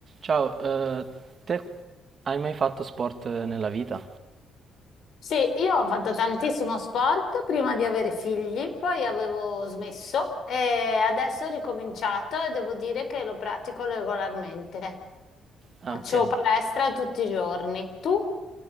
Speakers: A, on the right (about 45°); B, on the left (about 65°).
A: Ciao, eh, te hai mai fatto sport eh, nella vita?
B: Sì, io ho fatto tantissimo sport prima di avere figli, poi avevo smesso e adesso ho ricominciato e devo dire che lo pratico regolarmente.
A: Ah,
B: Faccio
A: ok.
B: palestra tutti i giorni. Tu?